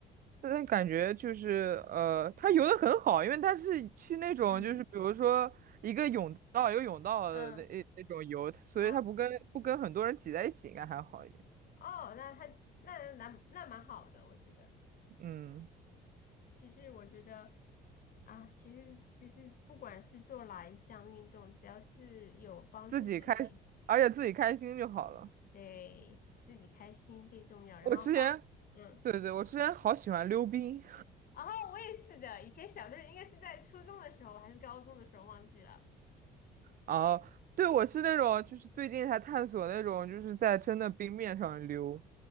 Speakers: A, on the right; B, on the left.
A: 但感觉就是呃，他游的很好，因为他是去那种就是比如说
B: 嗯
A: 岛游泳道的那那种游，
B: 嗯
A: 所以他不跟不跟很多人挤在一起，
B: 嗯，
A: 应该还好一点。
B: 哦，那他那那那蛮好的，我觉得。
A: 嗯，
B: 其实我觉得啊，其实其实不管是做哪一项运动，只要是有帮助自己，
A: 自己开，而且自己开心就好了。
B: 嗯，对自己开心最重要，然后放。
A: 我之前，
B: 嗯。
A: 对对，我之前好喜欢溜冰
B: 然后我也是的，以前小的应该是在初中的时候还是高中的时候忘记了。
A: 啊，对，我是那种就是最近才探索那种就是在真的冰面上溜，